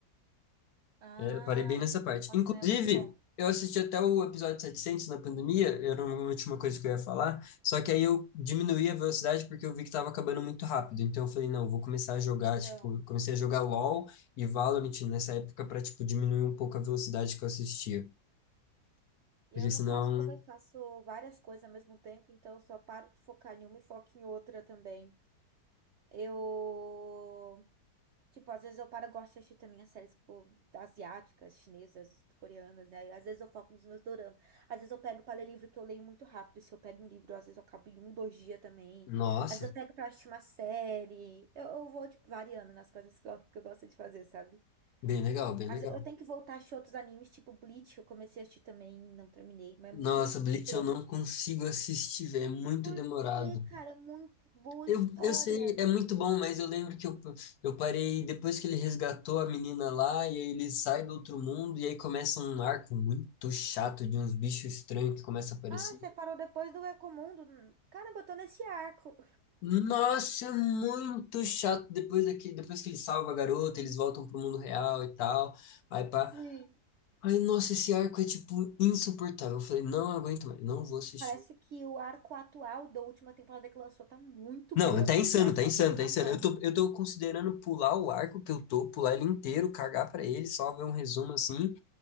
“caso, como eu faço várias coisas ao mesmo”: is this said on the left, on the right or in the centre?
Right